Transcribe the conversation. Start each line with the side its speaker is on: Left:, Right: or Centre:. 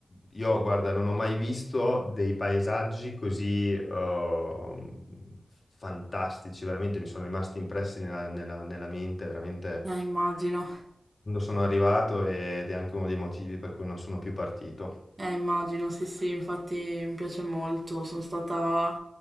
Left: io, guarda, non ho mai visto dei paesaggi così eh, fantastici, veramente mi sono rimasti impressi nella, nella- nella mente, veramente,
Right: eh, immagino.
Left: quando sono arrivato ed è anche uno dei motivi per cui non sono più partito.
Right: Eh, immagino, sì, sì, infatti mi piace molto. Sono stata,